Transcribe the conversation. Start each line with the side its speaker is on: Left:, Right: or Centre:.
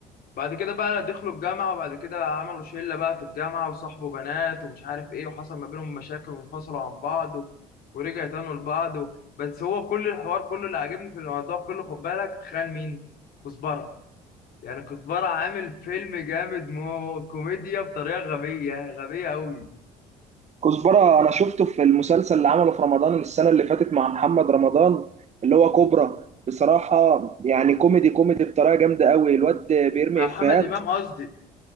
Left: بعد كده بقى دخلوا الجامعة وبعد كده عملوا شلة بقى في الجامعة وصاحبوا بنات ومش عارف ايه وحصل ما بينهم مشاكل وانفصلوا عن بعض و- ورجعوا تانوا لبعض و... بس هو كل الحوار كله اللي عاجبني في الموضوع كله خد بالك تخيل مين؟ كزبرة يعني كزبرة عامل فيلم جامد مو كوميديا بطريقة غبية غبية أوي
Right: كزبرة أنا شفته في المسلسل اللي عمله في رمضان السنة اللي فاتت مع محمد رمضان اللي هو كوبرا بصراحة يعني كوميدي كوميدي بطريقة جامدة قوي الواد بيرمي
Left: مع محمد
Right: إفيهات
Left: إمام قصدي